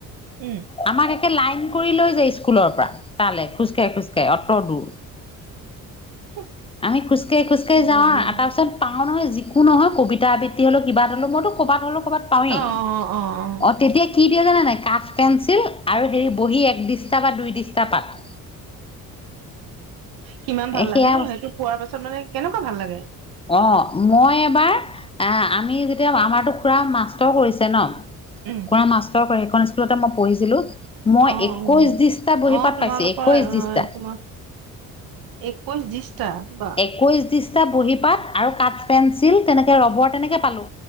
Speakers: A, on the right; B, on the left.
A: উম,
B: আমাক একে লাইন কৰি লৈ যায় স্কুলৰ পৰা তালে খোজকাঢ়ি খোজকাঢ়ি অত দূৰ।
A: <unintelligible>
B: আমি খোজকাঢ়ি খোজকাঢ়ি
A: উম
B: যাওঁ আৰু তাৰ পাছত, পাওঁ নহয় যিকো নহয় কবিতা আবৃত্তি হলো কিবা হলও মইতো কবাত হলো কবাত পাৱেই,
A: অ অ অ অ
B: তেতিয়া কি দিয়ে জানা নাই কাঠ পেঞ্চিল আৰু হেৰি বহী এক ডিষ্টা বা দুই ডিষ্টা পাত।
A: কিমান ভাল লাগে
B: সেয়া
A: ন সেইটো কোৱাৰ পাছত মানে কেনেকুৱা ভাল লাগে।
B: অঁ মই এবাৰ। এ আমি যেতিয়া আমাৰো খুৰা মাষ্টাৰ কৰিছে ন।
A: উম
B: খুৰা মাষ্টৰ কৰে সেইখন স্কুলতে মই পঢ়িছিলো। মই
A: অ
B: একৈশ
A: অ
B: দিশটা বহি
A: অ
B: পাত
A: তোমালোকৰ
B: পাইছো একৈশ
A: আহ
B: দিশটা।
A: তোমাৰ একৈশ ডিছটা বা,
B: একৈশ দিশটা বহী পাত আৰু কাঠ পেঞ্চিল তেনেকে ৰবৰ তেনেকে পালো।